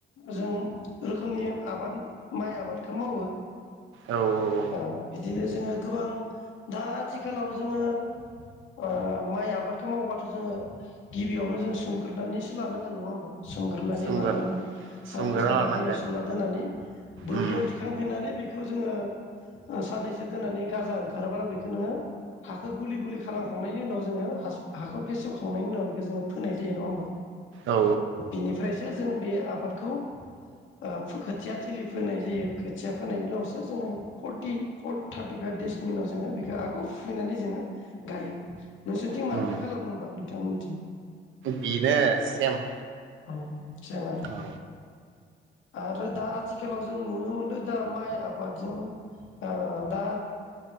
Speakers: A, on the left (about 75°); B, on the right (about 80°).
A: जों रोखोमनि आबाद माइ आबादखो मावो।
B: औ औ
A: ओ बिदिनो जोंङो गोबां दा आथिखालाव जोङो ओ माइ आबादखौ मावबाथ जोङो गिबियावनो जों सोमग्रोनानैसो लानांगोन नङा होमबा सोमग्रोनानै
B: सोमगोर
A: लानांगोन सानब्रै
B: सोमगोरना
A: सामबा
B: लानांगोन
A: दैयाव सोमना दोननानै बोरियाव
B: उम
A: दिखांफिननानै बेखौ जोङो ओ साननैसो दोननानै गाजा ओंखारोबा बि नोङो हाखौ गुलि गुलि खालामखांनायनि उनाव जोङो हासो हाखौ फेसेवखांनायनि उनाव बेखौ जोङो फोनाय जायो नङा होमबा?
B: औ
A: बिनिफ्रायसो जों बे आबादखौ ओ फो खोथिया थिलि फोनाय जायो खोथिया फोनायनि उनावसो जोङो फथारटि टारथिफाइभ देसनि उनाव जोंङो हाखौ फुफैनानै जोङो गायो नोंसोरनिथिं
B: उम
A: माबोरै खालामो होमबा नोंथां मिथियो
B: बेनो सेम
A: औ जेमोन
B: औ
A: आरो दा आथिखालाव जों नुनो मोनदों दा माइ आबादजों ओ दा